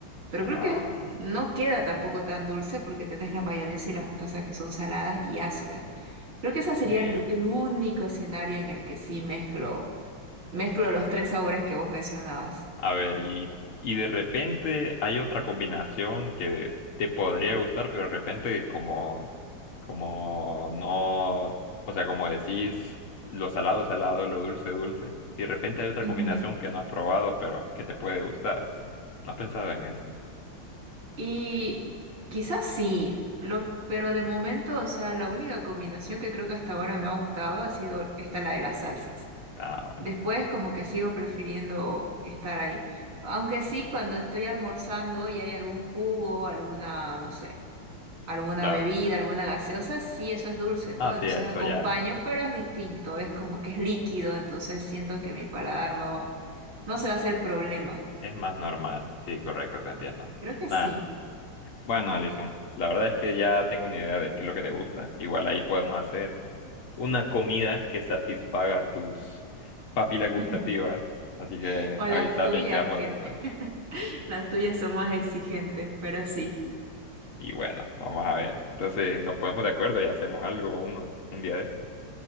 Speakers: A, on the right (about 70°); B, on the left (about 75°).
A: Pero
B: Ah,
A: creo que no queda tampoco tan dulce porque tenés la mayonesa y la mostaza que son saladas y ácidas. Creo que ese sería
B: sí.
A: el, el único escenario en el que sí mezclo, mezclo los tres sabores que vos mencionabas.
B: A ver, y, y de repente hay otra combinación que te podría gustar, pero de repente como, como no, o sea, como decís, lo salado, salado, lo dulce, dulce. Y de repente hay otra
A: Ujú.
B: combinación que no has probado, pero que te puede gustar. ¿No has pensado en eso?
A: Y quizás sí, lo, pero de momento, o sea, la única combinación que creo que hasta ahora me ha gustado ha sido esta, la de las salsas.
B: Ah, bueno.
A: Después como que sigo prefiriendo estar ahí. Aunque sí, cuando estoy almorzando y hay algún jugo, alguna, no sé. alguna
B: Claro.
A: bebida, alguna gaseosa, sí, eso es dulce,
B: Ah,
A: ¿no? Entonces
B: sí, a eso
A: acompaño,
B: ya.
A: pero es distinto, es como que es líquido, entonces siento que mi paladar no, no se va a hacer problema.
B: Es más normal, sí, correcto, te entiendo.
A: Creo que
B: Nada,
A: sí.
B: bueno, Alison, la verdad es que ya tengo una idea de qué es lo que te gusta. Igual ahí podemos hacer una comida que satisfaga tus papilas gustativas.
A: <laughs>
B: Así que
A: O las
B: avísame
A: tuyas,
B: y quedamos
A: que
B: de acuerdo.
A: <laughs> las tuyas son más exigentes, pero sí.
B: Y, y bueno, vamos a ver. Entonces nos ponemos de acuerdo y hacemos algo uno- un día de esto.